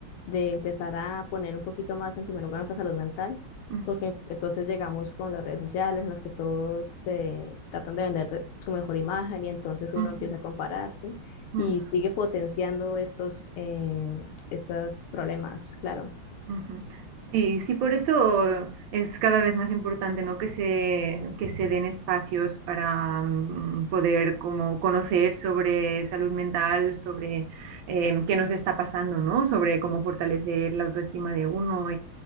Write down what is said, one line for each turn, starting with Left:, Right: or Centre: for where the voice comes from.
Left: de empezar a poner un poquito más en primer lugar nuestra salud mental,
Right: Ujú,
Left: porque entonces llegamos con las redes sociales en las que todos eh, tratan de vender su mejor imagen y entonces uno
Right: ujú,
Left: empieza a compararse
Right: ujú.
Left: y sigue potenciando estos, eh, estos problemas, claro.
Right: Ujú. Sí, sí, por eso es cada vez más importante, ¿no? Que se, que se den espacios para mm, poder como conocer sobre salud mental, sobre em, qué nos está pasando, ¿no? Sobre cómo fortalecer la autoestima de uno